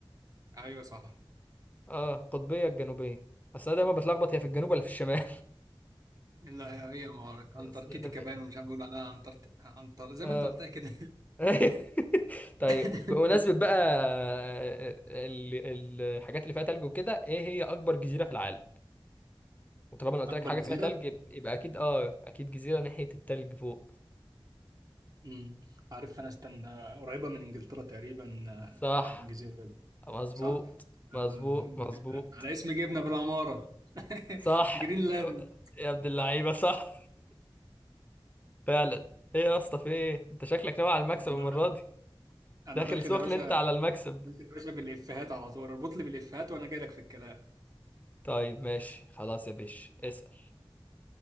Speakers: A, on the right; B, on the left.
A: ايوه صح
B: اه القطبية الجنوبية اصل انا دايما بتلخبط هي في الجنوب ولا في الشمال
A: لا هي ما أعرف.
B: <laughs>
A: انتاركتيكا
B: أصل أنا-
A: باين ومش عارف بيقولوا عليها انتر انتر زي
B: اه
A: ما انت قلتها كده
B: <laughs> طيب
A: <laughs>
B: بمناسبة بقى ال- ال- الحاجات اللي فيها تلج وكده ايه هي اكبر جزيرة في العالم وطالما انا قلت
A: اكبر
B: لك حاجة
A: جزيرة
B: فيها تلج يب- يبقى اكيد اه اكيد جزيرة ناحية التلج فوق
A: امم عارف انا استنى قريبه من انجلترا تقريبا
B: صح
A: آه، الجزيره دي
B: مظبوط
A: صح
B: مظبوط
A: آه، ج-
B: مظبوط
A: على اسم جبنه بالعماره <laughs>
B: صح
A: جرينلاند
B: يا عبد اللعيبة صح فعلا ايه يا اسطى في ايه انت شكلك ناوي على المكسب
A: <laughs>
B: المرة دي
A: انا
B: داخل
A: داخل
B: سخن
A: يا باشا
B: انت على المكسب
A: داخل يا باشا بالافيهات على طول اربط لي بالافيهات وانا جاي لك في الكلام
B: طيب ماشي خلاص يا بيش اسأل